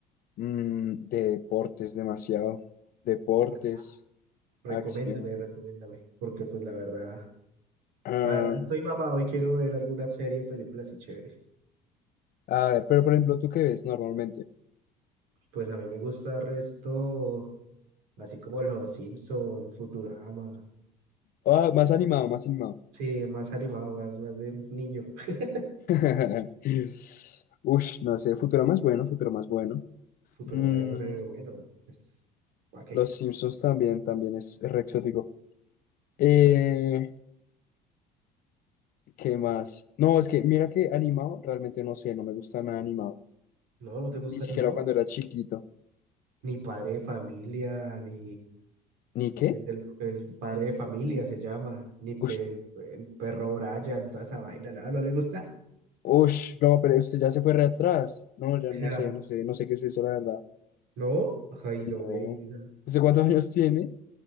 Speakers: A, on the left (about 45°); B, on the right (about 60°).
A: mm, de deportes demasiado. Deportes,
B: Re- recoméndame,
A: acción.
B: recoméndame. Porque pues la verdad...
A: Ah,
B: La verdad estoy mamado y quiero ver alguna serie o película así chévere.
A: a ver, pero por ejemplo, ¿tú qué ves normalmente?
B: Pues a mí me gusta el resto, así como los Simpson, Futurama.
A: Ah, más animado, más animado.
B: Sí, más animado, más, más de niño. <laughs>
A: <laughs> Ush, no sé, Futurama más bueno, Futurama más bueno.
B: Futurama
A: Mm,
B: es re bueno. Es... ¿Para qué?
A: Los Simpsons también, también es re exótico. Eh, ¿qué más? No, es que mira que animado, realmente no sé, no me gusta nada animado.
B: No, no te gusta
A: Ni siquiera
B: animado.
A: cuando era chiquito.
B: Ni padre de familia, ni
A: ¿Ni qué?
B: el del el padre de familia se llama, ni pe-
A: Ush,
B: el, el perro Brian, toda esa vaina, no, no le gusta. <laughs>
A: ush, no, pero usted ya se fue re atrás. No, ya no
B: Ja,
A: sé, no sé, no sé qué es eso, la verdad.
B: No, ay,
A: No.
B: no, venga.
A: ¿Usted cuántos años tiene?